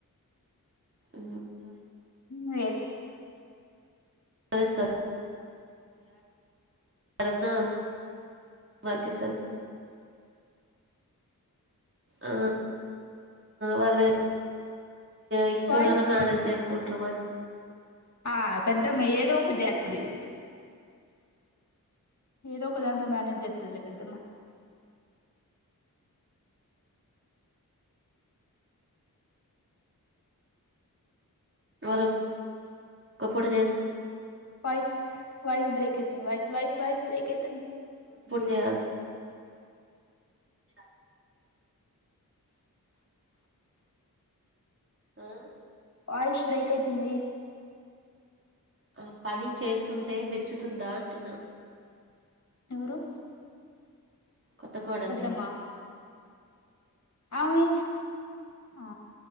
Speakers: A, on the right; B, on the left.
A: ఆ
B: న ఏ
A: అదే స పన్నా వర్పిస ఆ వాళ్ళు ఎక్స్
B: వాయిస్
A: తోటనా మేనేజ్ చేసుకుంటారు మా
B: ఆ పెద్దమ్మ ఏదో ఒకటి జతది
A: నేను
B: ఏదో ఒక దాంతో మేనేజ్ చేస్తుందిలే పెద్దమ్మ
A: వరు <inaudible> కప్పుడు జే
B: వాయిస్ వాయిస్ బ్రేక్ అయితుంది వాయిస్ వాయిస్ వాయిస్ బ్రేక్ అయితుంది
A: జేయల్ ఇద మ్మ్
B: వాయిష్ బ్రేక్ అయితుంది
A: ఆ పని చేస్తుంటే మెచ్చుతుందా అంటున్నా
B: ఎవరు
A: కొత్త కోడాల్ని
B: పెద్దమ్మ ఆమె ఆ